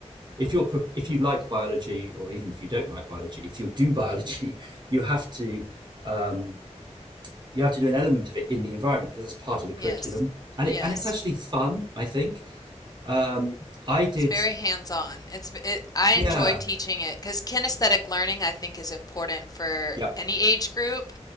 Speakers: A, on the right; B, on the left.
A: if you're if you like biology, or even if you don't like biology, if you do <laughs> biology, you have to um, you have to do an element of it in the environment because it's part of the curriculum,
B: Yes.
A: and
B: Yes.
A: it, and it's actually fun, I think. Um, I did.
B: It's very hands-on. It's it, I
A: Yeah.
B: enjoy teaching it because kinesthetic learning I think is important for
A: Yeah.
B: any age group,